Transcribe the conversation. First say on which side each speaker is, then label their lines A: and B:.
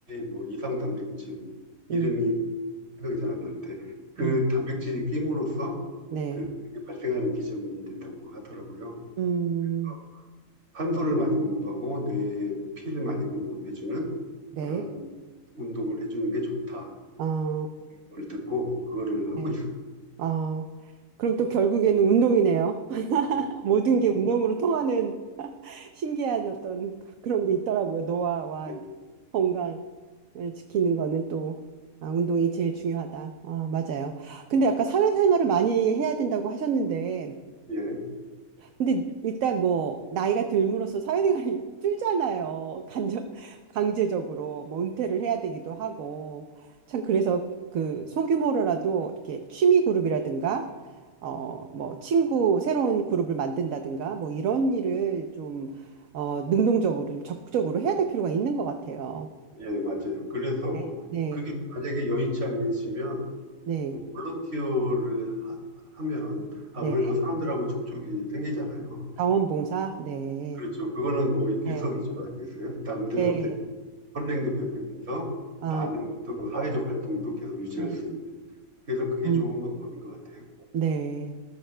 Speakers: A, on the right; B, on the right.
A: 뭐 이상 단백질 이름이
B: 음,
A: 생각이 잘 안 나는데 그
B: 음,
A: 단백질이 낌으로써
B: 네,
A: 그, 그게 발생하는 기전이 된다고 하더라고요.
B: 음,
A: 어, 탄소를 많이 공급하고 뇌에 피를 많이 공급해주는
B: 네,
A: 그런 운동을 해주는 게 좋다라는
B: 아,
A: 걸 듣고 그거를 하고
B: 네,
A: 있어요.
B: 아, 그럼 또 결국에는 운동이네요. <laughs>
A: 네,
B: 모든 게 운동으로 통하는 신기한 어떤 그, 그런 게 있더라고요. 노화와
A: 예,
B: 건강을 지키는 거는 또 아, 운동이 제일 중요하다. 아, 맞아요. 근데 아까 사회생활을 많이 해야 된다고 하셨는데
A: 예,
B: 근데 일단 뭐 나이가 들므로써 사회생활이 <laughs> 줄잖아요. 간접 강제적으로 뭐 은퇴를 해야 되기도 하고 참 그래서 그 소규모로라도 이렇게 취미 그룹이라든가 어 뭐 친구 새로운 그룹을 만든다든가 뭐 이런 일을 좀 어 능동적으로 좀 적극적으로 해야 될 필요가 있는 것 같아요.
A: 예, 맞아요. 그래서
B: 네, 네,
A: 그게 만약에 여의치 않으시면
B: 네,
A: 뭐 볼런티어를 하, 하면 아무래도
B: 네.
A: 사람들하고 접촉이 생기잖아요.
B: 자원봉사, 네,
A: 그렇죠. 그거는 뭐 일석이조
B: 네,
A: 아니겠어요? 남들한테
B: 네.
A: 선행도 베풀면서
B: 아,
A: 나는 또 사회적 활동도 계속 유지할
B: 음,
A: 수 있는. 그래서 그게
B: 음,
A: 좋은 방법인 것 같아요.
B: 네.